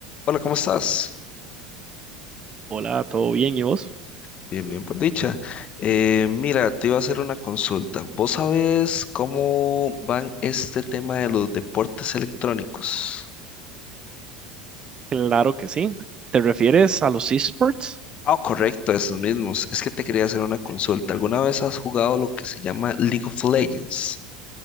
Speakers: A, on the left; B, on the right.
A: Hola, ¿cómo estás?
B: Hola, ¿todo bien? ¿Y vos?
A: Bien, bien, por dicha. Eh, mira, te iba a hacer una consulta. ¿Vos sabés cómo van este tema de los deportes electrónicos?
B: Claro que sí. ¿Te refieres a los esports?
A: Ah, correcto, esos mismos. Es que te quería hacer una consulta. ¿Alguna vez has jugado lo que se llama League of Legends?